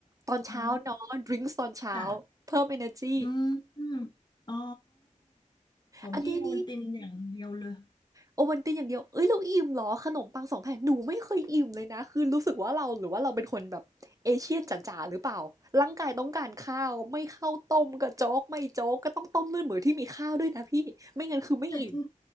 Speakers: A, on the right; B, on the left.
A: ตอนเช้าเนาะดริงก์ตอนเช้า
B: อ๋อ จ้ะ
A: เพิ่ม energy
B: อืมอืมอ๋อของพี่โอนตินอย่างเดียวเลย
A: อันนี้นี่ โอวัลตินอย่างเดียวเอ้ยเราอิ่มเหรอขนมปังสองแผ่นหนูไม่เคยอิ่มเลยนะคือรู้สึกว่าเราหรือว่าเราเป็นคนแบบเอเชียนจ๋าๆหรือเปล่าร่างกายต้องการข้าวไม่ข้าวต้มก็โจ๊กไม่โจ๊กก็ต้องต้มเลือดหมูที่มีข้าวด้วยนะพี่ไม่งั้นคือไม่อิ่ม
B: แต่จริง